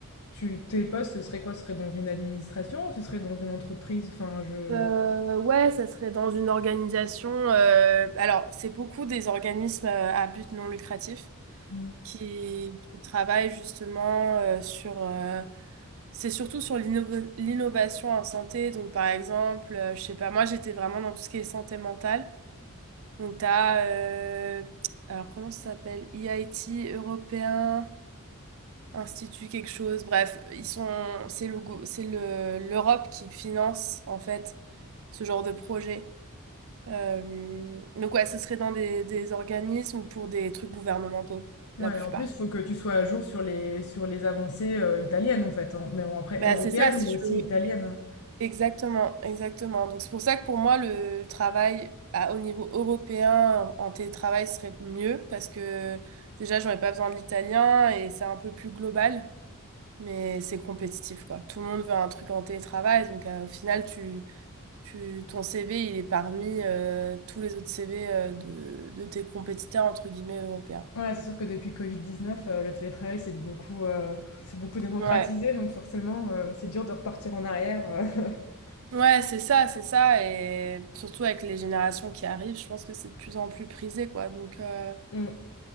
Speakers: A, on the left; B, on the right.
A: tu, tes postes, ce serait quoi? Ce serait dans une administration ou ce serait dans une entreprise? Enfin, je.
B: Euh, ouais, ça serait dans une organisation. euh, alors, c'est beaucoup des organismes euh, à but non lucratif
A: Mm.
B: qui, qui travaillent justement euh, sur. euh, c'est surtout sur l'inno- l'innovation en santé. Donc, par exemple, euh, je sais pas, moi j'étais vraiment dans tout ce qui est santé mentale. Donc, t'as, euh, alors comment ça s'appelle? EIT européen, Institut quelque chose. Bref, ils sont, c'est le, go- c'est le, l'Europe qui finance, en fait, ce genre de projet. Euh, donc, ouais, ce serait dans des, des organismes ou pour des trucs gouvernementaux,
A: Ouais,
B: la plupart.
A: en plus, il faut que tu sois à jour sur les, sur les avancées euh, italiennes, en fait. hein. Mais bon, après,
B: Bah,
A: européennes,
B: c'est ça, si
A: mais aussi
B: je veux.
A: italiennes.
B: Exactement, exactement. Donc c'est pour ça que pour moi, le travail à, au niveau européen en télétravail serait mieux parce que déjà, j'aurais pas besoin de l'italien et c'est un peu plus global, mais c'est compétitif, quoi. Tout le monde veut un truc en télétravail, donc euh, au final, tu, tu, ton CV, il est parmi euh, tous les autres CV euh, de, de tes compétiteurs, entre guillemets, européens.
A: Ouais, c'est sûr que depuis Covid-19, euh, le télétravail, c'est de beaucoup, euh, c'est beaucoup démocratisé,
B: Ouais,
A: donc forcément, euh, c'est dur de repartir en arrière. euh. <laughs>
B: ouais, c'est ça, c'est ça. Et surtout avec les générations qui arrivent, je pense que c'est de plus en plus prisé, quoi. Donc... euh,
A: Mm.